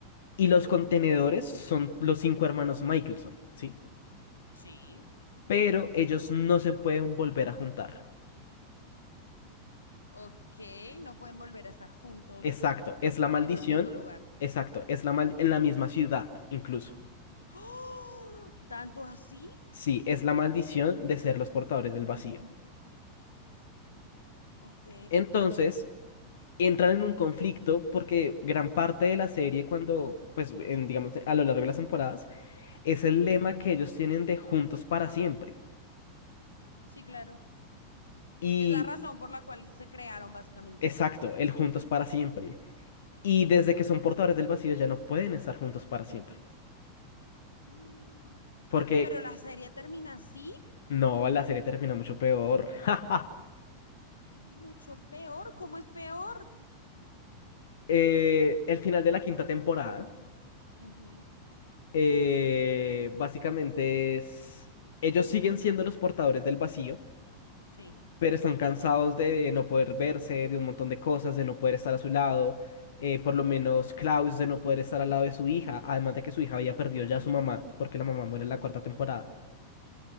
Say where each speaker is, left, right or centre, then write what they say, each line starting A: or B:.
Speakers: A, on the left; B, on the left.
A: y los contenedores son los cinco hermanos Michelson, ¿sí?
B: Sí.
A: Pero ellos no se pueden volver a juntar.
B: Ok, no pueden volver a estar juntos
A: Exacto, es la maldición.
B: en un mismo lugar.
A: Exacto, es la mal en la misma ciudad, incluso.
B: ¡Ah! ¿Tanto así?
A: Sí, es la maldición de ser los portadores del vacío.
B: Ok,
A: Entonces, entran en un conflicto porque gran parte de la serie, cuando, pues, en, digamos, a lo largo de las temporadas, es el
B: sí.
A: lema que ellos tienen de juntos para siempre.
B: Sí, claro.
A: Y,
B: Es la razón por la cual se crearon, básicamente.
A: exacto, el juntos para siempre. Y desde que son portadores del vacío ya no pueden estar juntos para siempre.
B: Mm,
A: Porque,
B: Pero la serie termina así,
A: no, la serie termina mucho peor. <laughs> ¡Ja, ja!
B: mucho peor. ¿Cómo es peor?
A: Eh, el final de la quinta temporada.
B: Ujú,
A: eh, básicamente es, ellos siguen siendo los portadores del vacío,
B: sí.
A: pero están cansados de no poder verse, de un montón de cosas, de no poder estar a su lado, eh, por lo menos Klaus de no poder estar al lado de su hija, además de que su hija había perdido ya a su mamá, porque la mamá muere en la cuarta temporada.